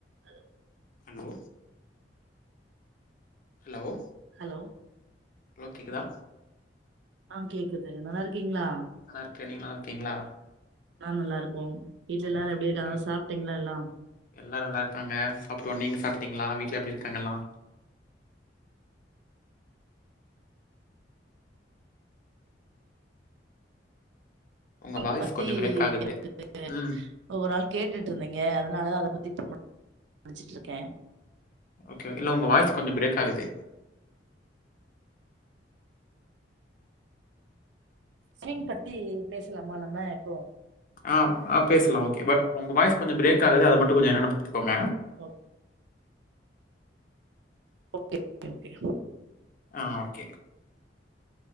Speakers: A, on the right; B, on the left.
A: Hello
B: hello hello
A: hello
B: hello கேக்குதா
A: ஆ கேக்குது நல்லா இருக்கீங்ளா
B: நல்லாருக்க நீங்க நல்லா இருக்கீங்ளா
A: நா நல்லா இருக்கோ வீட்ல
B: ஓகே
A: எல்லாரு எப்டி இருக்காங்க
B: ஓகே
A: சாப்ட்டீங்ளா எல்லா
B: எல்லாரு நல்லா இருக்காங்க சாப்ட்டோ நீங்க ‌சாப்ட்டீங்ளா வீட்ல எப்டி இருக்காங்க எல்லா உங்க
A: அத
B: வாய்ஸ்
A: பத்தி
B: கொஞ்சோ பிரேக் ஆகுது
A: எனக்கு தெரியாது
B: ம்
A: ஒவ்வொரு ஆள் கேட்டுட்டு இருந்தீங்க அதனால தா அத பத்தி ப்ரமோட் <inaudible> கவனிச்சிட்டுருக்க
B: ஓகே ஓகே இல்ல உங்க வாய்ஸ் கொஞ்சோ பிரேக் ஆகுது.
A: ஸ்விங் பத்தி பேசலாமா நம்ம இப்போ.
B: ஆவ் ஆ பேசலா ஓகே ப உங்க வாய்ஸ் கொஞ்சோ பிரேக் ஆகுது அத மட்டு கொஞ்சோ என்னன்னு பாத்துக்கோங்க.
A: ஓ <inaudible> ஓகே.
B: ஆ ஒர்க்கேக்